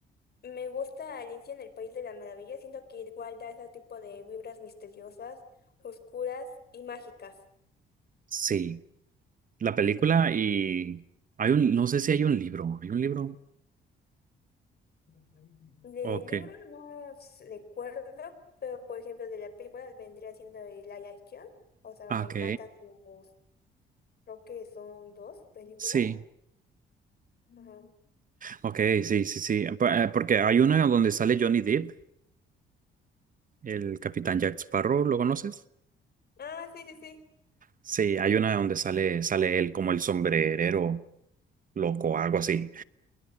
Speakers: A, on the left; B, on the right.
A: me gusta Alicia en el País de las Maravillas. Siento que igual da ese tipo de vibras misteriosas, oscuras y mágicas.
B: Sí, la película y hay un, no sé si hay un libro, ¿hay un libro?
A: De
B: Ok,
A: libro no s- recuerdo, pero por ejemplo de la película vendría siendo el Live Action. O sea,
B: Ah,
A: me
B: ok,
A: encantan sus, creo que son dos películas.
B: sí,
A: Ajá.
B: ok, sí, sí, sí, P- eh, porque hay una donde sale Johnny Depp El Capitán Jack Sparrow, ¿lo conoces?
A: Ah, sí, sí, sí.
B: Sí, hay una donde sale, sale él como el sombrerero loco, algo así.